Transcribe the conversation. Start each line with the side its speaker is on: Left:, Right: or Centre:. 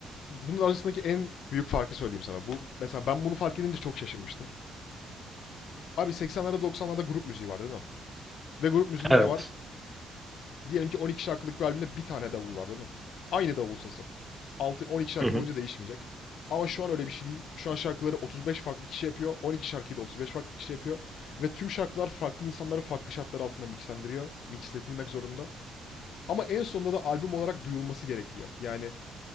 Left: bunun arasındaki en büyük farkı söyleyeyim sana. Bu mesela ben bunu fark edince çok şaşırmıştım. Abi 80'lerde 90'larda grup müziği var değil mi? Ve grup müziğinde
Centre: evet.
Left: ne var? Diyelim ki 12 şarkılık bir albümde bir tane davul var değil mi? Aynı davul sesi. 6 12 şarkı
Centre: Hı hı.
Left: boyunca değişmeyecek. Ama şu an öyle bir şey değil. Şu an şarkıları 35 farklı kişi yapıyor. 12 şarkıyı da 35 farklı kişi yapıyor. Ve tüm şarkılar farklı insanları farklı şartlar altında mixlendiriyor. Mixletilmek zorunda. Ama en sonunda da albüm olarak duyulması gerekiyor. Yani